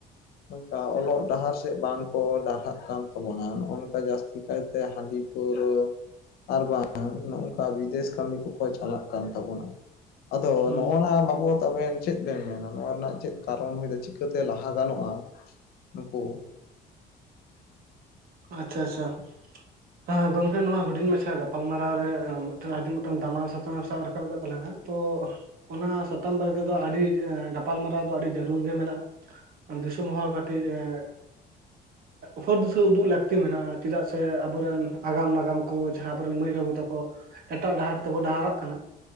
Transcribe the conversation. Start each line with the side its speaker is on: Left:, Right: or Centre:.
Left: ᱱᱚᱝᱠᱟ ᱚᱞᱚᱜ ᱰᱟᱦᱟᱨ ᱥᱮ ᱪᱮᱫ ᱵᱟᱝᱠᱚ ᱰᱟᱦᱦᱟᱜ ᱠᱟᱱ ᱛᱟᱵᱚᱱᱟ ᱱᱚᱜᱼ ᱱᱚᱝᱠᱟ ᱡᱟᱹᱥᱛᱤ ᱠᱟᱭᱛᱮ ᱦᱟᱺᱰᱤ ᱯᱟᱹᱣᱨᱟᱹ ᱟᱨ ᱵᱟᱝ ᱱᱚᱝᱠᱟ ᱵᱤᱫᱮᱥ ᱠᱟᱹᱢᱤ ᱠᱚᱠᱚ ᱪᱟᱞᱟᱜ ᱠᱟᱱ ᱛᱟᱵᱚᱱᱟ᱾ ᱟᱫᱚ
Right: ᱦᱩᱸ
Left: ᱱᱚᱜ ᱱᱚᱣᱟ ᱵᱟᱵᱚᱛ ᱟᱵᱮᱱ ᱪᱮᱫ ᱵᱮᱱ ᱢᱮᱱᱟ ᱱᱚᱣᱟ ᱨᱮᱱᱟᱜ ᱪᱮᱫ ᱠᱟᱨᱚᱱ ᱪᱤᱠᱟᱹᱛᱮ ᱞᱟᱦᱟ ᱜᱟᱱᱚᱜᱼᱟ ᱱᱩᱠᱩ
Right: ᱟᱪᱪᱷᱟ ᱟᱪᱪᱷᱟ ᱦᱮᱸ ᱜᱚᱝᱠᱮ ᱱᱚᱣᱟ ᱦᱩᱰᱤᱧ ᱢᱟᱪᱷᱟ ᱜᱟᱯᱟᱞ ᱢᱟᱨᱟᱣ ᱨᱮ ᱢᱤᱫᱴᱟᱝ ᱟᱹᱰᱤ ᱢᱤᱫᱴᱟᱝ ᱫᱟᱢᱟᱱ ᱥᱟᱛᱟᱢ ᱥᱟᱵ ᱨᱟᱠᱟᱵ ᱟᱠᱟᱫ ᱛᱟᱞᱟᱝᱟ᱾ ᱛᱚ ᱚᱱᱟ ᱥᱟᱛᱟᱢ ᱵᱟᱨᱮ ᱛᱮ ᱫᱚ ᱟᱹᱰᱤ ᱜᱟᱯᱟᱞᱢᱟᱨᱟᱣ ᱫᱚ ᱟᱹᱰᱤ ᱡᱟᱹᱨᱩᱲ ᱜᱮ ᱢᱮᱱᱟᱜᱼᱟ᱾ ᱫᱤᱥᱚᱢ ᱦᱚᱲ ᱠᱟᱹᱴᱤᱡ ᱦᱚᱨ ᱫᱤᱥᱟᱹ ᱩᱫᱩᱜ ᱞᱮᱠᱟ ᱞᱟᱹᱠᱛᱤ ᱢᱮᱱᱟᱜᱼᱟ ᱪᱮᱫᱟᱜ ᱥᱮ ᱟᱵᱚᱨᱮᱱ ᱟᱜᱟᱢ ᱱᱟᱜᱟᱢ ᱠᱚ ᱡᱟᱦᱟᱸ ᱟᱵᱚᱮᱱ ᱢᱟᱹᱭ ᱵᱟᱹᱵᱩ ᱛᱟᱠᱚ ᱮᱴᱟᱜ ᱰᱟᱦᱟᱨ ᱛᱮᱠᱚ ᱰᱟᱦᱟᱨᱟᱜ ᱠᱟᱱᱟ᱾